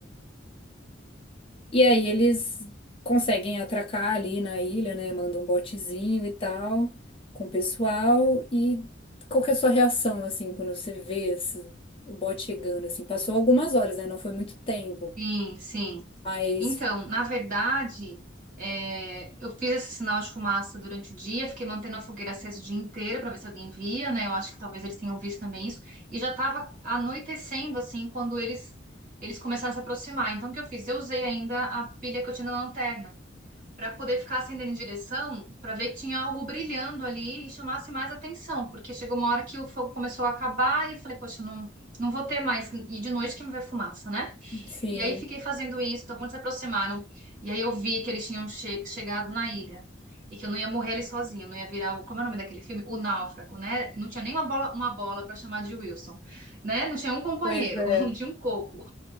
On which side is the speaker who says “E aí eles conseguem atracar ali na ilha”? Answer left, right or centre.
Left